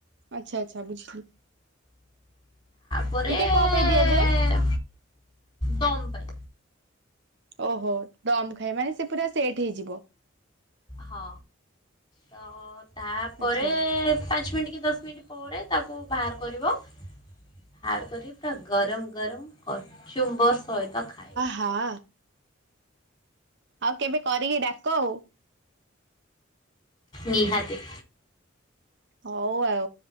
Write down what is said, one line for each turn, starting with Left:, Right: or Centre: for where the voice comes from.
Right: ଆଚ୍ଛା ଆଚ୍ଛା ବୁଝିଲି
Left: ପରେ
Right: ଏଇଟା କଣ ପାଇଁ ଦିଆଯାଏ
Left: ଦମ ପାଇଁ
Right: ଓହୋ ଦମ ଖାଏ ମାନେ ସେ ପୁରା ସେଟ୍ ହେଇଯିବ।
Left: ହଁ ତ ତାପରେ
Right: ଆଚ୍ଛା
Left: ପାଞ୍ଚ ମିନିଟ୍ କି ଦଶ ମିନିଟ୍ ପରେ ତାକୁ ବାହାର କରିବ ବାହାର କର ପୁରା ଗରମ ଗରମ କଚୁମ୍ବର ସହିତ ଖାଇ
Right: ହା। ଆଉ କେବେ କରିକି ଡାକ ଆଉ।
Left: ନିହାତି।
Right: ହଉ ଆଉ